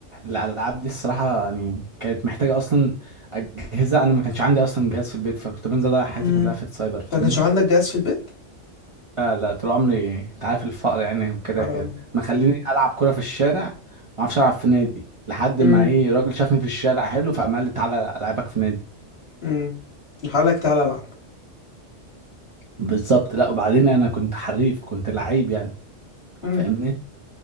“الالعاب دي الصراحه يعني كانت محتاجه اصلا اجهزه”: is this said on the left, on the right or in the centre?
Right